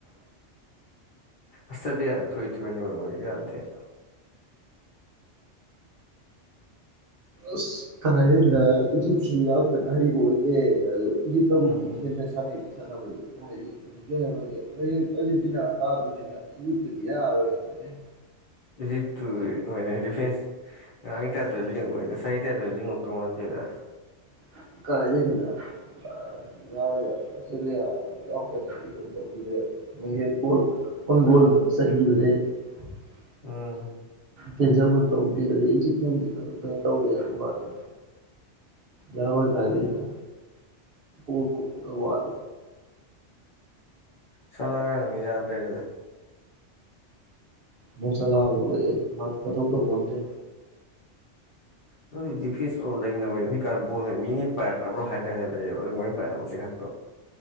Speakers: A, on the left (about 50°); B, on the right (about 55°).
A: ꯑꯁꯇꯗꯤꯌꯥꯗ ꯊꯣꯏ ꯊ‌ꯣꯏꯍꯟꯅꯤꯜ ꯃ‌ꯣꯏꯗꯨ ꯌꯥꯗ‌ꯦ
B: ꯑꯁ ꯀꯥꯏꯗꯩꯅ ꯏꯖꯤꯞꯁꯨ ꯌꯥꯝ ꯀꯟꯅ ꯍꯩꯕ ꯑꯣꯏꯗꯦ ꯑ ꯏꯖꯤꯞꯅꯕꯨꯗꯤ
A: ꯎꯝ
B: ꯍ‌ꯦꯟꯅ ꯁꯥꯟꯅꯩꯗ ꯁꯥꯟꯕꯗꯤ ꯀꯗꯤ ꯑꯗꯨ ꯀ ꯍꯥꯏꯔꯣꯗꯤ ꯍꯣꯏ ꯑꯔꯖꯦꯟꯇꯤꯅꯥ ꯇꯥꯗꯣꯏꯅꯤꯅ ꯏꯖꯤꯞꯇꯨꯗꯤ ꯌꯥꯔꯣꯏꯅ ꯀꯥꯏꯗꯩ
A: ꯏꯖꯤꯞꯇꯨ ꯍ‌ꯣꯏꯅ‌ꯦ ꯗꯤꯐ‌ꯦꯟꯁ ꯉꯔꯥꯡꯒꯤ ꯇꯥꯏꯞꯇ ꯂꯤꯡꯉꯛꯑꯣꯏ ꯉꯁꯥꯏꯒꯤ ꯇꯥꯏꯞꯇ ꯂꯤꯡꯉꯛꯇꯧ ꯃꯥꯟꯗ‌ꯦꯗ
B: ꯀꯥꯏꯗꯗ ꯌꯥꯁ ꯌꯥꯎ ꯀꯅꯤꯣꯜ ꯣꯜꯁꯕꯗ
A: ꯎꯝ
B: ꯇꯦꯟꯖꯕ ꯇꯧꯗꯦ ꯍꯥꯏ ꯍꯧꯖꯤꯛꯕꯨꯗꯤ ꯈ ꯈ ꯇꯧꯒꯦ ꯍꯥꯏꯕ ꯋꯥꯅꯤ ꯌꯥꯕꯣꯏ ꯆꯗꯩꯅ ꯣ ꯀꯨꯞꯄꯒꯋꯥꯜ
A: ꯆꯂꯒ ꯌꯥꯗꯦꯔꯗ
B: ꯃ ꯆꯂ ꯃꯥ ꯀꯊ ꯇꯧ ꯉꯝꯖꯦ
A: ꯍ ꯑꯗꯨ ꯗꯤꯐꯦꯟꯁ ꯂꯩꯅꯕ ꯍꯧꯖꯤꯛꯀꯥꯟ ꯕꯣꯜ ꯃꯤꯅꯤ ꯄꯥꯏꯣ ꯍꯥꯏꯗ꯭ꯔꯦ ꯍꯥꯏ ꯂꯩꯔ ꯃꯣꯏ ꯄꯥꯏ ꯆꯤꯡꯈꯠꯄ